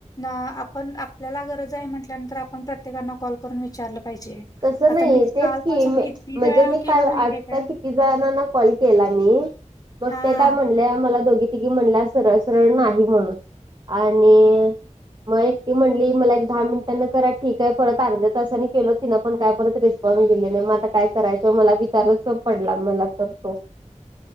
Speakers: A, on the left; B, on the right.
A: आपण आपल्याला गरज आहे. म्हटल्यानंतर आपण प्रत्येकना कॉल करून विचारलं पाहिजे.
B: तसं
A: आता
B: नाही.
A: मी
B: तेच
A: कालपासून
B: की. म्हणजे
A: किती वेळा
B: मी
A: केला
B: काल.
A: माहितीय
B: आता
A: काय
B: कि ति जनाना कॉल केला मी. मग
A: हा
B: ते
A: हा
B: काय म्हणले मला दोघी की म्हणला सरळ सरळ नाही म्हणून आणि मग एक ती म्हटली मला एक दहा मिनिटांना करा ठीक आहे परत अर्ध्या तासनी केलं तिथं पण काय परत रिस्पॉन्स दिले नाही मग आता काय करायचं मला विचारच पडला मला तर तो.